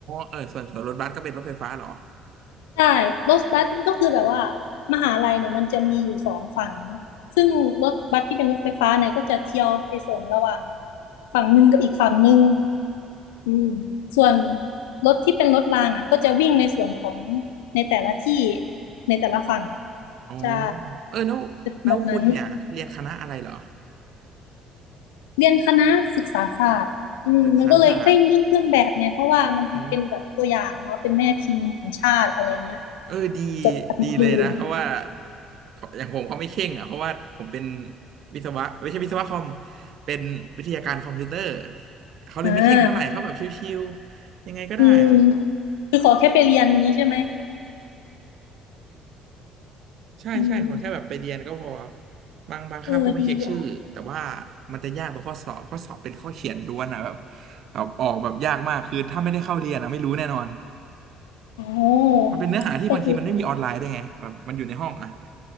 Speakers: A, on the right; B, on the left.
A: เออส่วนส่วนรถบัสก็เป็นรถไฟฟ้าเหรอ
B: ใช่รถบัสก็คือแบบว่ามหาลัยเนี่ยมันจะมีอยู่สองฝั่งเนาะซึ่งรถบัสที่เป็นรถไฟฟ้าเนี่ยก็จะเที่ยวไปส่งระหว่างฝั่งหนึ่งกับอีกฝั่งหนึ่งอืมส่วนรถที่เป็นรถรางอ่ะก็จะวิ่งในส่วนของในแต่ละที่ในแต่ละฝั่ง
A: อ๋อ
B: ใช่
A: เออแล้วแล้วคุณเนี่ยเรียนคณะอะไรเหรอ
B: แบบนั้น เรียนคณะศึกษาศาสตร์อืมมันก็เลยเคร่งเรื่องเครื่องแบบไงเพราะว่ามันเป็นแบบตัวอย่างเนาะเป็นแม่พิมพ์ของชาติอะไรเงี้ย
A: ศึกษาศาสตร์อ๋อ เออดี
B: จบการครูนะ
A: ดีเลยนะเพราะว่าเขาอย่างผมเขาไม่เข่งอ่ะเพราะว่าผมเป็นวิศวะไม่ใช่วิศวะคอมเป็นวิทยาการคอมพิวเตอร์เขาเลยไม่เข่งเท่าไหร่เขาแบบชิวๆยังไงก็ได้อ่ะ
B: อ่าอืมคือขอแค่ไปเรียนนี้ใช่ไหม
A: ใช่ใช่ขอแค่แบบไปเรียนก็พอ
B: อืม
A: บางบางคาบก็ไม่เช็คชื่อแต่ว่า
B: เออดีอ่ะ
A: มันจะยากตรงข้อสอบข้อสอบเป็นข้อเขียนล้วนอ่ะแบบแบบออกแบบยากมากคือถ้าไม่ได้เข้าเรียนอะไม่รู้แน่นอน
B: โอ
A: มันเป็นเนื้อหาที่บางทีมันไม่มีออนไลน์ได้วยไงแบบมันอยู่ในห้องอ่ะ
B: ้ก็คือ